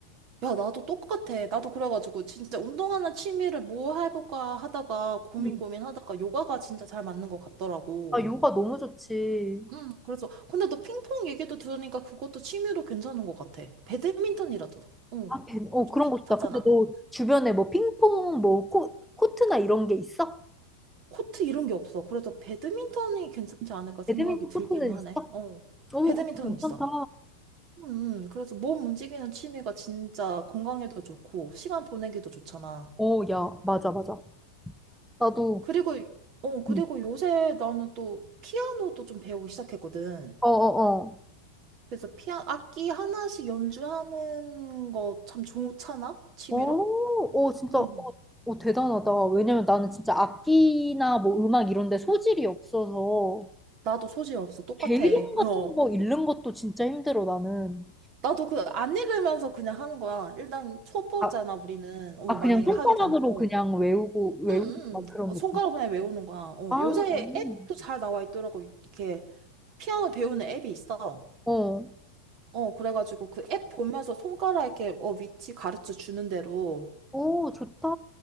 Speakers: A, on the right; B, in the centre.
A: 야, 나도 똑같아. 나도 그래가지고 진짜 운동하는 취미를 뭐 해볼까 하다가 고민
B: 음,
A: 고민하다가 요가가 진짜 잘 맞는 것 같더라고.
B: 아, 요가 너무 좋지.
A: 응. 그래서 근데 너 핑퐁 얘기도 들으니까 그것도 취미로 괜찮은 것 같아. 배드민턴이라도. 어.
B: 아, 배, 어,
A: 좀
B: 그런
A: 비슷하잖아.
B: 것도 다 근데 너 주변에 뭐 핑퐁 뭐 코, 코트나 이런 게 있어?
A: 코트 이런 게 없어. 그래서 배드민턴이 괜찮지 않을까 생각이
B: 배드민턴
A: 들긴
B: 코트는
A: 하네.
B: 있어?
A: 어.
B: 오,
A: 배드민턴은
B: 그거 괜찮다.
A: 있어. 음, 그래서 몸 움직이는 취미가 진짜 건강에도 좋고, 시간 보내기도 좋잖아.
B: 오, 야, 맞아, 맞아. 나도,
A: 그리고, 어, 그리고
B: 응.
A: 요새 나는 또 피아노도 좀 배우기 시작했거든.
B: 어어어.
A: 그래서 피아, 악기 하나씩 연주하는 거 참 좋잖아? 취미로?
B: 오, 오, 진짜,
A: 음,
B: 오, 오, 대단하다. 왜냐면 나는 진짜 악기나 뭐 음악 이런 데 소질이 없어서
A: 나도 소질 없어. 똑같아.
B: 개 이름
A: 어.
B: 같은 거 읽는 것도 진짜 힘들어, 나는.
A: 나도 그 안 읽으면서 그냥 하는 거야. 일단 초보잖아,
B: 아,
A: 우리는. 어,
B: 아
A: 만약에
B: 그냥 손가락으로
A: 하게 된, 어.
B: 그냥 외우고, 외우고
A: 응,
B: 막 그런
A: 응.
B: 느낌.
A: 손가락 그냥 외우는 거야. 어,
B: 아,
A: 요새
B: 음.
A: 앱도 잘 나와 있더라고. 이렇게 피아노 배우는 앱이 있어.
B: 어,
A: 어, 그래가지고 그 앱 보면서 손가락 이렇게 어, 위치 가르쳐 주는 대로.
B: 오, 좋다.